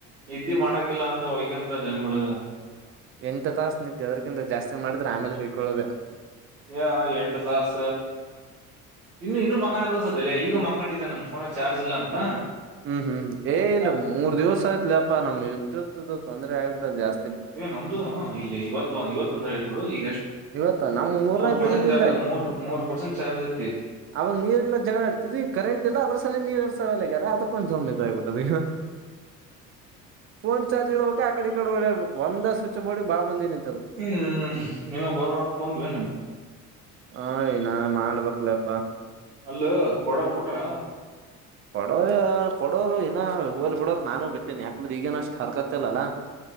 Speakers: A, on the right (about 75°); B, on the right (about 30°).
A: ನಿದ್ದೆ ಮಾಡಕಿಲ್ಲ ಅಂತ ವ ಎಂತ ಜನಗಳು
B: ಎಂಟು ತಾಸು ನಿದ್ದೆ ಅದರಕ್ಕಿಂತ ಜಾಸ್ತಿ ಮಾಡಿದ್ರೆ ಆಮೇಲೆ ಹೊಯ್ಕೊಳ್ಳುದ
A: ಏ ಎಂಟು ತಾಸ ಇನ್ನು ಇನ್ನು ಮಕ್ಕೋಬೇಕನ್ಸತಲೇ ಈಗ ಮಕ್ಕಂಡಿದ್ದೆ ನಾನ ಫೋನ ಚಾರ್ಜ್ ಇಲ್ಲ ಅಂತ
B: ಹ್ಮ್ ಹ್ಮ್ ಏ ಇಲ್ಲ
A: ಆ,
B: ಮೂರ್ ದಿವಸ ಆಯ್ತ್ಲೇ ನಮ್ ವಿದ್ಯದ್ದ ತೊಂದರೆ ಆಗ್ಬಿಟ್ಟದು ಜಾಸ್ತಿ
A: ನಮ್ದುನು ಇಲ್ಲಿ ಇವತ್ತು ಇವತ್ತು ಅಂದ್ರೆ ನೋಡು ಈಗಷ್ಟ
B: ಇವತ್ತು ನಮ ಮೂರ್ನಾಕ್
A: ಮೂರ್ ಪರ್ಸೆಂಟ್
B: ದಿನದಿಂದ
A: ಚಾರ್ಜ್ ಮೂರ್ ಮೂರ್ ಪರ್ಸೆಂಟ್ ಚಾರ್ಜ್ ಐತಿ
B: ಅವಾಗ ನೀರ್ಲ್ಲ ಜಗಳ ಇರ್ತಿದವಿ ಕರೆಂಟ್ ಇಲ್ಲ ಅದ್ರ ಸಲ ನೀರ್ ಹರ್ಸ ಲಾಗ್ಯಾರ ಅದಕ್ಕೊಂದು ಜೋಮಿದಾಗ್ಬೆಟ್ಟದ ಫೋನ್ ಚಾರ್ಜ ಆ ಕಡಿ ಈ ಕಡೆ ಹೊಳ್ಳ್ಯಾಡ್ಬೇಕು ಒಂದ ಸ ಷ್ಟ ಬಾ ಬಂದಿನ
A: ಹ್ಮ್ ನ ಅವರ ರೊಕ್ಕ ಬಂದವೇನು
B: ಹ ನ ಮಾಡ್ಬೇಕಕ್ಲಪ್ಪಾ
A: ಅಲ್ಲ ಕೊಡರ್ ಕೊಟ್ರ
B: ಕೊಡೋ ಕೊಡೋರು ಇನ್ನ ಹಲ್ ಬಿಡತ್ ನಾನು ಬಿಟ್ಟೇನೆ ಯಾಕ ಈಗೇನ ಅಷ್ಟ್ ಹರಕತ್ತಲ್ಲಲ್ಲಾ